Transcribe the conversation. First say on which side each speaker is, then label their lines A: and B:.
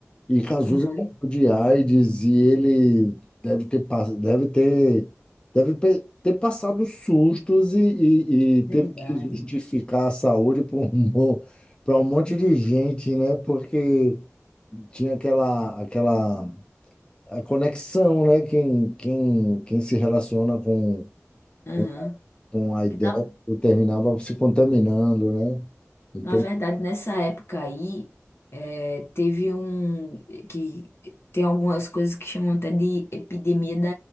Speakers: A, on the left; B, on the left.
A: E Cazuza
B: Não foi?
A: morreu de AIDS e ele deve ter, pass- deve ter, deve pe- ter passado sustos e, e- e teve
B: Verdade.
A: que justificar a saúde para um, para um monte de gente, né? Porque tinha aquela, aquela a conexão, né? Quem, quem, quem se relaciona com,
B: Aham.
A: com, com a ideia
B: Que Na,
A: terminava se contaminando, né? então
B: na verdade, nessa época aí, é, teve um. que Tem algumas coisas que chamam até de epidemia da,